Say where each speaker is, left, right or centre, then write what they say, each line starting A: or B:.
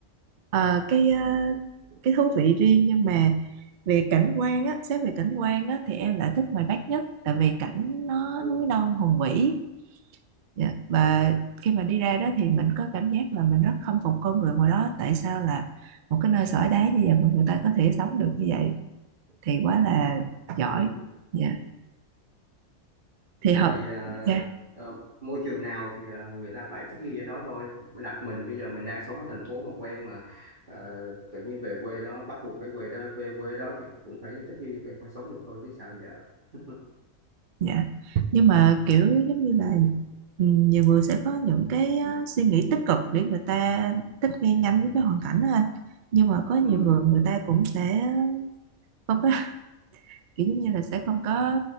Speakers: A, on the right (about 70°); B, on the right (about 40°).
A: ờ, cái ờ, cái thú vị riêng nhưng mà về cảnh quan á xét về cảnh quan á thì em lại thích ngoài Bắc nhất tại vì cảnh nó
B: ừ,
A: núi non hùng vĩ Dạ, Và
B: ừ.
A: khi mà đi ra đó thì mình có cảm giác là mình rất khâm phục con người ngoài đó tại sao là một cái nơi sỏi đá như vậy mà người ta có thể sống được như vậy thì quá là giỏi
B: <laughs>
A: dạ thì
B: thực
A: họ
B: ra thì à,
A: dạ
B: à, môi trường nào thì à, người ta phải thích nghi ở đó thôi đặt mình bây giờ mình đang sống ở thành phố mà quen mà à, tự nhiên về quê đó bắt buộc phải về đó về quê đó thì cũng phải thích nghi phải, phải sống được thôi chứ sao giờ <laughs>
A: dạ nhưng mà kiểu giống như là ừ, nhiều người sẽ có những cái ờ, suy nghĩ tích cực để người ta thích nghi nhanh với cái hoàn cảnh đó anh nhưng mà có nhiều
B: ừ.
A: người người ta cũng sẽ không có <laughs> kiểu giống như là sẽ không có